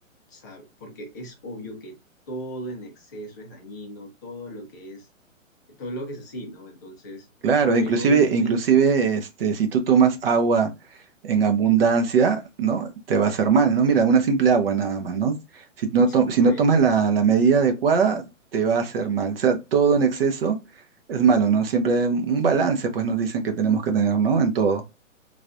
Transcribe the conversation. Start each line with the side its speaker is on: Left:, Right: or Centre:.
Left: sa- porque es obvio que todo en exceso es dañino, todo lo que es, todo lo que es así, ¿no? Entonces,
Right: Claro,
Left: pero
Right: inclusive,
Left: obviamente,
Right: inclusive, este, si tú tomas agua en abundancia, ¿no? Te va a hacer mal, ¿no? Mira, una simple agua nada más, ¿no? Si no,
Left: sí,
Right: to-
Left: pues.
Right: si no tomas la, la medida adecuada, te va a hacer mal. O sea, todo en exceso es malo, ¿no? Siempre un balance, pues nos dicen que tenemos que tener, ¿no? En todo.